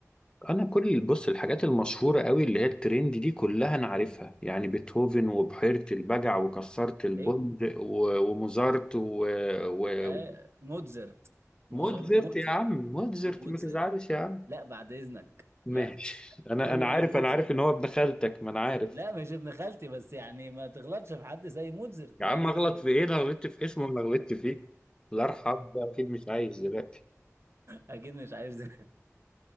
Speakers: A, on the left; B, on the right.
A: انا كل بص الحاجات المشهورة قوي اللي هي الترند دي كلها انا عارفها يعني بيتهوفن وبحيرة البجع وكسرت البند
B: ايه
A: و- وموزارت و... و...
B: آه موتزرت
A: موتزرت
B: موزر موتزرت
A: يا عم موتزرت
B: مو موتزرت
A: ما تزعلش يا عم
B: لا بعد اذنك
A: ماشي
B: لا
A: انا
B: كله
A: انا عارف
B: الى موتزرت
A: انا عارف ان هو ابن خالتك ما انا عارف
B: لا مش ابن خالتي بس يعني ما تغلطش في حد زي موتزرت
A: يا
B: يعني
A: عم اغلط في
B: <laughs>
A: ايه لا غلطت في اسمه ولا غلطت فيه الله يرحمه ده اكيد مش عايش دلوقتي
B: اكيد مش عارف زي